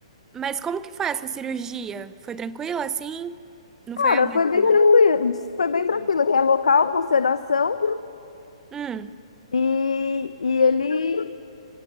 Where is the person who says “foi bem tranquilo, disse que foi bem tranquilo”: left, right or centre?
Left